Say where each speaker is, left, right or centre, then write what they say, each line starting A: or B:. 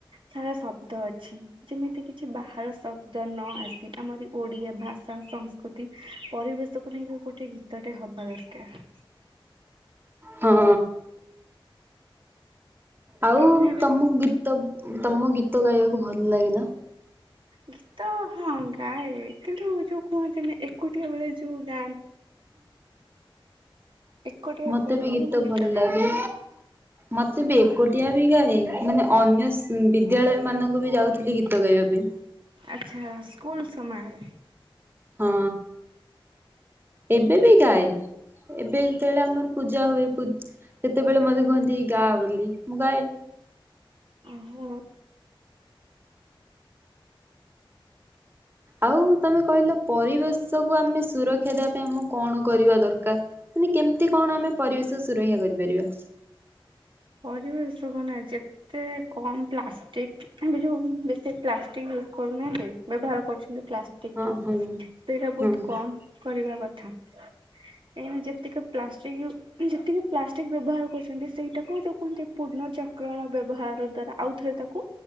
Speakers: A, on the right; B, on the right.
A: ସାରା ଶବ୍ଦ ଅଛି ଯେମିତି କିଛି ବାହାର ଶବ୍ଦ ନ ଆସି ଆମରି ଓଡିଆ ଭାଷା ସଂସ୍କୃତି ପରିବେଶକୁ ନେଇକି ଗୋଟେ ଗୀତଟେ ହବା ଦରକାର।
B: ହଁ। ଆଉ
A: କାହିଁକି ନା ଏବେ
B: ତମକୁ ଗୀ ତ ତମକୁ ଗୀତ ଗାଇବାକୁ ଭଲ ଲାଗେ ନା?
A: ଗୀତ ହଁ ଗାଏ କିନ୍ତୁ ଯୋଉ କୁହନ୍ତି ନା ଏକୁଟିଆ ବେଳେ ଯୋଉ ଗା ଏକୁଟିଆ
B: ମତେ
A: ବେଳେ
B: ବି ଗୀତ
A: ହିଁ ମୁଁ
B: ଭଲ
A: ଗାଏ
B: ଲାଗେ ମତେ ବି ଏକୁଟିଆ ବି ଗାଏ ମାନେ ଅନ୍ୟ ସ ବିଦ୍ୟାଳୟ ମାନଙ୍କୁ ବି ଯାଉ ଥିଲି ଗୀତ ଗାଇବା ପାଇଁ
A: ଆଚ୍ଛା ସ୍କୁଲ ସମୟରେ
B: ହଁ ଏବେ ବି ଗାଏ ଏବେ ଯେତେବେଳେ ଆମର ପୂଜା ହୁଏ ସେତେବେଳେ ମତେ କୁହନ୍ତି ଗା ବୋଲି ମୁଁ ଗାଏ।
A: ହଁ।
B: ଆଉ। ତମେ କହିଲ ପରିବେଶକୁୁ ଆମେ ସୁରକ୍ଷା ଦେବା ପାଇଁ ଆମକୁ କଣ କରିବା ଦରକାର ମାନେ କେମତି କଣ ଆମେ ପରିବେଶ ସୁରକ୍ଷା କରିପାରିବା?
A: ପରିବେଷ କୁ ନା ଯେତେ କମ ପ୍ଲାଷ୍ଟିକ ଏବେ ଯୋଉ ବେଶୀ ପ୍ଲାଷ୍ଟିକ ୟୁଜ କରୁନାହାନ୍ତି ବ୍ୟବହାର କରୁଛନ୍ତି ପ୍ଲାଷ୍ଟିକ
B: ହଁ
A: ଟା
B: ହଁ
A: ସେଇଟା
B: ହଁ
A: ବହୁତ କମ କରିବା କଥା କାହିଁକି ନା ଯେତିକ ପ୍ଲାଷ୍ଟିକ ହ ଯେତିକ ପ୍ଲାଷ୍ଟିକ ବ୍ୟବହାର କରୁଛନ୍ତି ସେ ଏଇଟାକୁ ଯୋଉ କହନ୍ତି ପୂର୍ଣଚକ୍ରଣ ବ୍ୟ ଵାର ଦ୍ୱାରା ଆଉ ଥରେ ତାକୁ